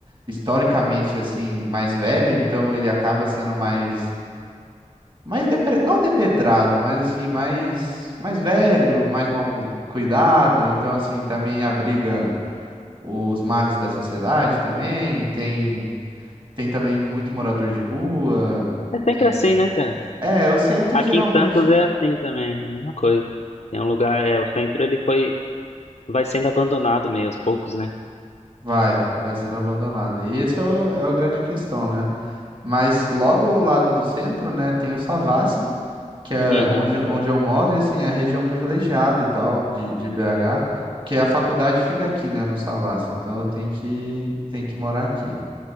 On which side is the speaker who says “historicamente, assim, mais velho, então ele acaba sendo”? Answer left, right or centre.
Right